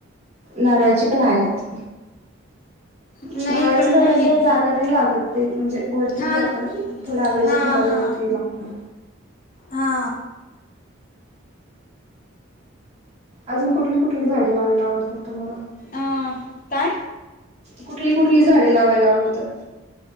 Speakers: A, on the right; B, on the left.
A: नारळाची पण आहेत.
B: नाही
A: नारळाची
B: इकड नाही
A: झाड जेव्हा
B: आहे.
A: जा त नाही लागत ते म्हणजे वरतीच
B: हा
A: जात नई थोडं आंब्याच्या
B: हा
A: झाडाला
B: हा
A: वरती लागत.
B: हा.
A: अजून कुठली कुठली झाडे लावायला आवडतात तुम्हाला?
B: अ काय
A: कुठली कुठली झाडे लावायला आवडतात?